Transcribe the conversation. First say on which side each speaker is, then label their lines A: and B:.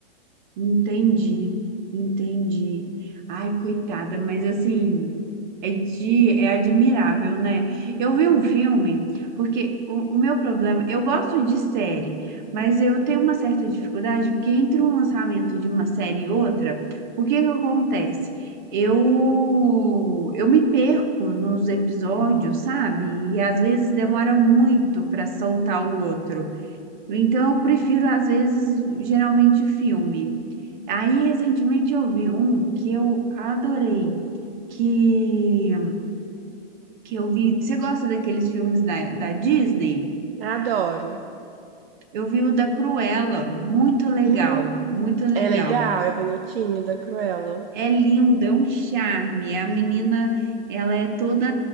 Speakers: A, on the right; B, on the right.
A: Entendi, entendi. Ai, coitada, mas assim, é de, é admirável, né? Eu vi um filme, porque o, o meu problema, eu gosto de série, mas eu tenho uma certa dificuldade, porque entre um lançamento de uma série e outra, o que que acontece? Eu, eu me perco nos episódios, sabe? E às vezes demora muito para soltar o outro. Então, eu prefiro, às vezes, geralmente filme. Aí, recentemente, eu vi um que eu adorei, que, que eu vi... Você gosta daqueles filmes da, da Disney?
B: Adoro.
A: Eu vi o da Cruella, muito legal,
B: Hum,
A: muito legal.
B: É legal, é bonitinho, da Cruella.
A: É lindo, é um charme. A menina, ela é toda...